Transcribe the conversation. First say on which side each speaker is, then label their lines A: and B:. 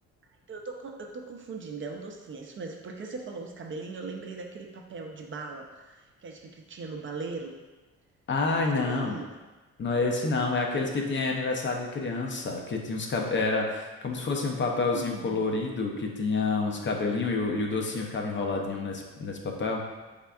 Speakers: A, on the right (about 40°); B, on the left (about 40°).
A: Então eu tô, co- eu tô confundindo, é um docinho, é isso mesmo. Porque você falou uns cabelinhos, eu lembrei daquele papel de bala que acho que que tinha no baleiro,
B: Ai,
A: com aqueles
B: não.
A: cabelinhos.
B: Não é esse, não.
A: Ah, tá,
B: É aqueles
A: tá.
B: que tinha em aniversário de criança, que tinha uns cabelos. Era como se fosse um papelzinho
A: Hum,
B: colorido, que tinha uns cabelinhos e o, e o docinho ficava enroladinho nesse, nesse papel.